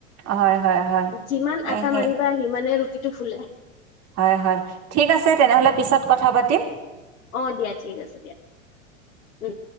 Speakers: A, on the right; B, on the left.
A: হয়, হয়, হয়,
B: যিমান আটা
A: এ সেই
B: মাৰিবা সিমানে ৰুটিটো ফুলে।
A: হয় হয়, ঠিক আছে তেনেহলে পিছত কথা পাতিম।
B: অ, দিয়া ঠিক আছে দিয়া। উম।